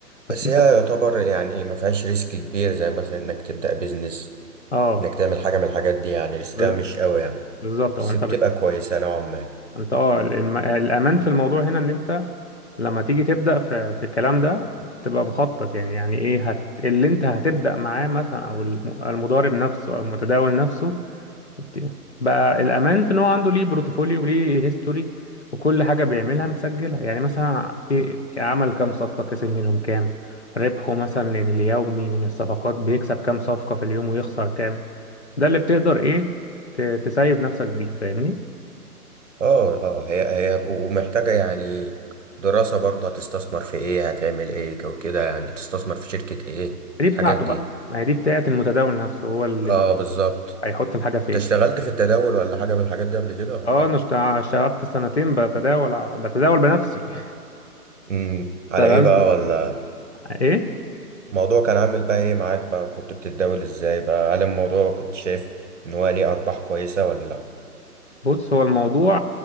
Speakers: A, on the left; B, on the right.
A: بس
B: بس
A: انت
B: هي يعتبر يعني ما فيهاش ريسك كبير زي مثلا إنك تبدأ بيزنس
A: اه
B: إنك تعمل حاجة من الحاجات دي يعني ريسكها
A: ب-
B: مش قوي يعني
A: بالظبط
B: بس
A: هو انت
B: بتبقى كويسة نوعا ما
A: انت اه ال- الم- الامان في الموضوع هنا ان انت لما تيجي تبدا في في الكلام ده تبقى مخطط يعني يعني ايه هت... اللي انت هتبدا معاه مثلا او الم- المضارب نفسه او المتداول نفسه ت- بقى الامان في ان هو عنده ليه بروتوفوليو وليه هيستوري وكل حاجه بيعملها متسجله يعني مثلا بي- عمل كام صفقه كسب منهم كام ربحه مثلا اليومي من الصفقات بيكسب كام صفقه في اليوم ويخسر كام ده اللي بتقدر ايه ت- تسيف نفسك بيه فاهمني
B: اه اه هي هي ومحتاجة يعني دراسة برضه هتستثمر في ايه هتعمل ايه وكده يعني تستثمر في شركة ايه
A: دي
B: الحاجات
A: بتاعته
B: دي
A: بقى ما هي دي بتاعت المتداول نفسه هو اللي
B: اه
A: بي...
B: بالظبط
A: هيحط الحاجة فين
B: انت اشتغلت في التداول ولا حاجة من الحاجات دي قبل كده ولا
A: اه
B: لأ؟
A: انا اشتغ- اشتغلت سنتين بتداول ع- بتداول بنفسي
B: امم
A: <laughs> اشتغلت
B: على ايه بقى ولا
A: ايه
B: الموضوع كان عامل بقى ايه معاك بقى كنت بتتداول ازاي بقى هل الموضوع كنت شايف ان هو ليه ارباح كويسة ولا لا
A: بص هو الموضوع